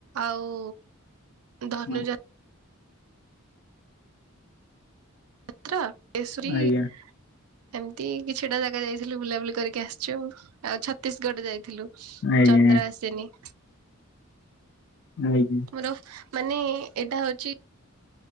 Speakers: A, on the right; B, on the left.
A: ଆଉ ଧନୁଜା
B: ହଁ,
A: <inaudible>
B: ଆଜ୍ଞା
A: ଏମିତି କିଛିଟା ଜାଗା ଯାଇଥିଲୁ ବୁଲାବୁଲି କରିକି ଆସଚୁ ଆଉ ଛତିଶଗଡ ଯାଇଥିଲୁ।
B: ଆଜ୍ଞା
A: ଚନ୍ଦ୍ର ଆସନି।
B: ନାଇକି।
A: ମୋର ମାନେ ଏଇଟା ହଉଛି